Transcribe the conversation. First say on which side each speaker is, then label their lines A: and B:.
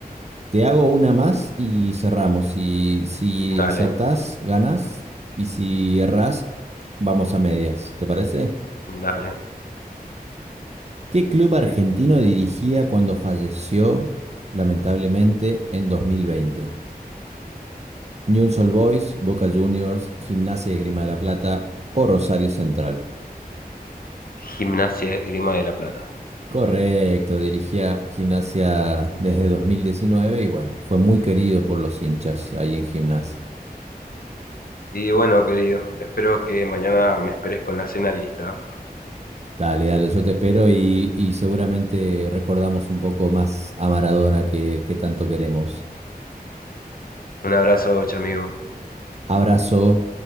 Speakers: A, on the right; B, on the left.
A: Te hago una más y cerramos. Si, si
B: Dale,
A: acertás, ganas. Y si errás, vamos a medias. ¿Te parece?
B: dale.
A: ¿Qué club argentino dirigía cuando falleció, lamentablemente, en 2020? Newell's Old Boys, Boca Juniors, Gimnasia y Grima de la Plata o Rosario Central.
B: Gimnasia Esgrima de la Plata.
A: Correcto, dirigía Gimnasia desde 2019 y bueno, fue muy querido por los hinchas ahí en Gimnasia.
B: Y bueno, querido, espero que mañana me esperes con la cena lista.
A: Dale, dale, yo te espero y, y seguramente recordamos un poco más a Maradona que, que tanto queremos.
B: Un abrazo, chamigo.
A: Abrazo.